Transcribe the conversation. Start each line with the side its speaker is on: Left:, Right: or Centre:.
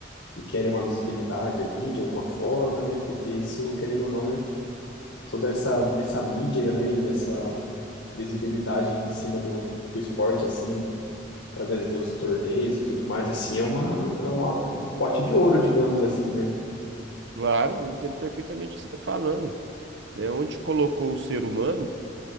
Left: e querem uma visibilidade ali de alguma forma, né? Porque isso, querendo ou não, é toda essa, essa mídia, né? E essa visibilidade em cima do, do esporte, assim, através dos torneios e tudo mais, assim, é uma, é uma, um pote de ouro, digamos assim, né?
Right: Claro, eu entendo perfeitamente o que você está falando, né? Onde colocou o ser humano,